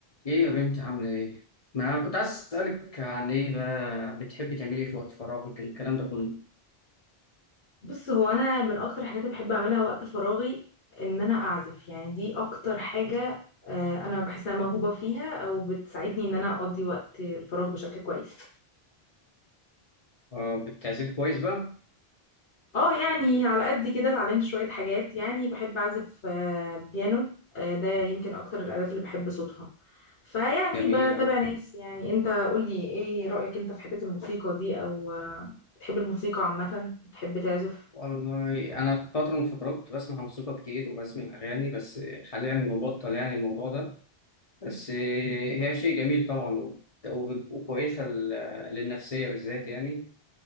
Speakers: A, on the left (about 40°); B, on the left (about 75°).
A: ايه يا بنتي عاملة ايه؟ ما كنت عايز اسألك عن ايه بقى بتحبي تعملي ايه في وقت فراغك الكلام ده كله؟
B: بص هو انا من اكتر الحاجات اللي بحب اعملها وقت فراغي ان انا اعزف يعني دي اكتر حاجة آه، انا بحس انها موهوبة فيها او بتساعدني ان انا اقضي وقت الفراغ بشكل كويس
A: اه بتعزفي كويس بقى؟
B: اه يعني على قد كده اتعلمت شوية حاجات يعني بحب اعزف آه، بيانو آه، ده يمكن اكتر الالات اللي بحب صوتها فيعني
A: جميل
B: بتابع
A: أوي
B: ناس يعني انت قولي ايه رأيك انت في حتة الموسيقى دي او آه، بتحب الموسيقى عامة بتحب تعزف
A: والله أنا في فترة من الفترات كنت بسمع موسيقى كتير وبسمع أغاني بس حاليا مبطل يعني الموضوع ده بس هي شيء جميل طبعا وب- وكويسة لل- للنفسية بالذات يعني